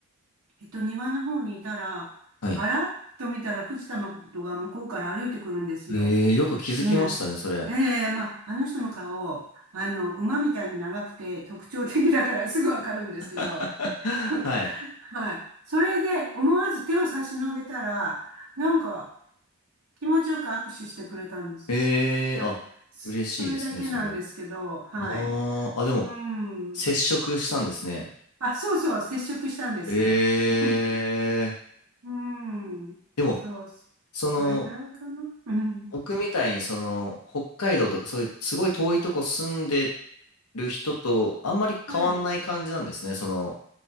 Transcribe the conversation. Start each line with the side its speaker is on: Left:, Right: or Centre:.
Right: えっと、庭の方にいたら、
Left: はい。
Right: あらっと見たら、藤田誠が向こうから歩いてくるんですよ。
Left: ええよく気づきましたね、
Right: ええ、
Left: それ。
Right: ええ、まあ、あの人の顔、あの、馬みたいに長くて特徴的だからすぐわかるんですけど、
Left: <laughs>
Right: <laughs>
Left: はい。
Right: はい。それで思わず手を差し伸べたら、なんか気持ちよく握手してくれたんです。
Left: ええあ、
Right: はい。そそれだけなんですけど、
Left: 嬉しいですね、それは。
Right: はい。
Left: ああ、あ、でも、
Right: うん。
Left: 接触したんですね。
Right: あ、そうそう、接触したんですよ。
Left: ええ
Right: <laughs> うん。
Left: でも、
Right: そう、そそれぐらいかな。
Left: その、
Right: うん。
Left: 僕みたいにその北海道とかそういうすごい遠いとこ住んでる人とあんまり変わんない感じなんですね。
Right: はい。
Left: その